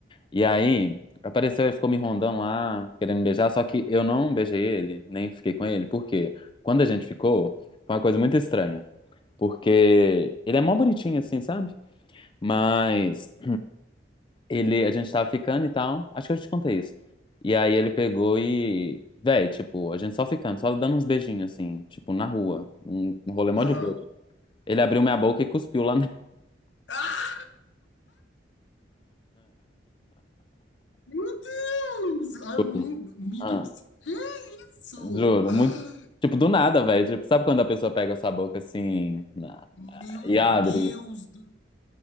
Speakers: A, on the left; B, on the left.
A: E aí, apareceu e ficou me rondando lá, querendo me beijar, só que eu não beijei ele, nem fiquei com ele, porque quando a gente ficou, foi uma coisa muito estranha. Porque ele é mó bonitinho assim, sabe? Mas ele, a gente tava ficando e tal, acho que eu já te contei isso. E aí ele pegou e, véi, tipo, a gente só ficando, só dando uns beijinhos assim, tipo, na rua, um um rolê mó
B: Aham.
A: de boa. Ele abriu minha boca e cuspiu lá na...
B: Ah, meu Deus! Amigo,
A: <laughs>
B: me-
A: Ah,
B: que isso?
A: juro,
B: Ah,
A: muito. Tipo, do nada, velho. Tipo, sabe quando a pessoa pega essa boca assim na-
B: Meu
A: e abre
B: Deus do...